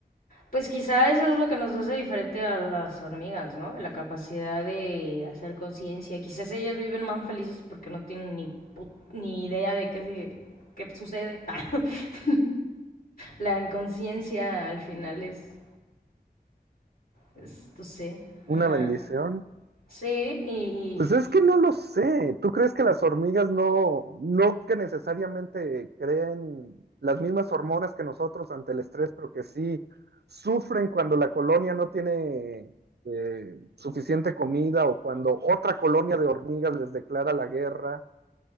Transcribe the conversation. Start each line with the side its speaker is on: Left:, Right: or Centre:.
Left: Pues quizá eso es lo que nos hace diferente a las hormigas, ¿no? La capacidad de hacer conciencia. Quizás ellas viven más felices porque no tienen ni, pu- ni idea de qué, se- qué sucede. <laughs> La inconsciencia al final es, es, no sé, una...
Right: Una bendición.
Left: Sí, y,
Right: Pues es que no lo sé. ¿Tú crees que las hormigas no, no que necesariamente creen las mismas hormonas que nosotros ante el estrés, pero que sí sufren cuando la colonia no tiene eh, suficiente comida o cuando otra colonia de hormigas les declara la guerra?